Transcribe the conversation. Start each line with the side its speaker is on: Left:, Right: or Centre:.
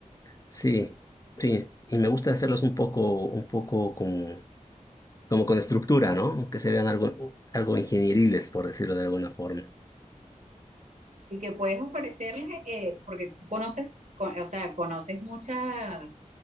Left: Sí, sí, y me gusta hacerlos un poco, un poco como, como con estructura, ¿no? Que se vean algo, algo ingenieriles, por decirlo de alguna forma.
Right: y que puedes ofrecerles, eh, porque tú conoces, con- o sea, conoces muchas